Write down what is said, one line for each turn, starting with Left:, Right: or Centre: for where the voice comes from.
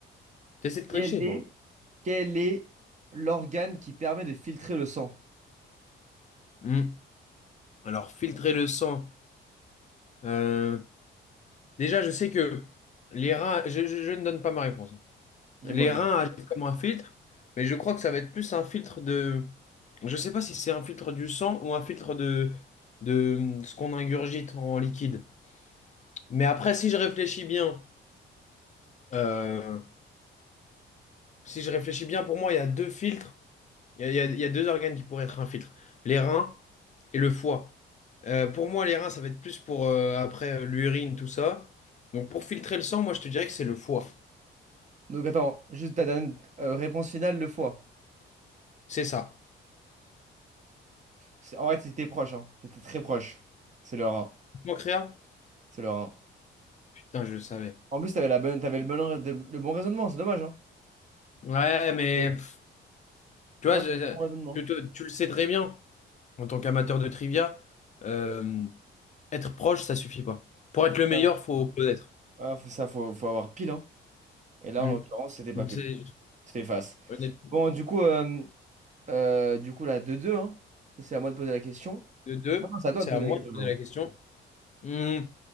Left: T'essaies de tricher,
Right: Quel est,
Left: toi.
Right: quel est l'organe qui permet de filtrer le sang?
Left: Hmm. Alors, filtrer le sang. Euh, Déjà, je sais que les reins... Je, je- je ne donne pas ma réponse. hein.
Right: Dis-moi,
Left: Les
Right: dis-moi.
Left: reins agissent comme un filtre, mais je crois que ça va être plus un filtre de... Je sais pas si c'est un filtre du sang ou un filtre de, de ce qu'on ingurgite en liquide. Mais après, si je réfléchis bien, euh, si je réfléchis bien, pour moi, il y a deux filtres. Il y a, il y a- il y a deux organes qui pourraient être un filtre, les reins et le foie. Euh, pour moi, les reins, ça va être plus pour euh, après euh, l'urine, tout ça. Donc pour filtrer le sang, moi, je te dirais que c'est le foie.
Right: Donc, attends, juste ta dernière euh, réponse finale, le foie.
Left: C'est ça.
Right: C'est- En vrai, t'étais proche, hein. T'étais très proche. C'est le rein.
Left: Moi, Créa?
Right: C'est le rein.
Left: Putain, je le savais.
Right: En plus, t'avais la bonne, t'avais le bon, rais- le bon raisonnement, c'est dommage, hein.
Left: Ouais, mais
Right: Ouais.
Left: pff, tu
Right: Non,
Left: vois, je-
Right: t'avais le bon raisonnement.
Left: je te- tu le sais très bien, en tant qu'amateur de trivia, euh, être proche, ça suffit pas. Pour être le meilleur,
Right: Ah, ça,
Left: faut
Right: va.
Left: connaître.
Right: Ah, faut- ça, faut, faut avoir pile, hein. Et là,
Left: Mm.
Right: en l'occurrence, c'était pas
Left: Donc,
Right: pile.
Left: c'est-
Right: C'était face.
Left: honnêtement,
Right: Bon, du coup, euh, euh, du coup, là, 2-2, hein. Et c'est à moi de poser la question.
Left: de deux,
Right: Non, non, c'est à toi
Left: c'est
Right: de poser
Left: à moi
Right: la question.
Left: de poser
Right: pardon.
Left: la question. Hmm.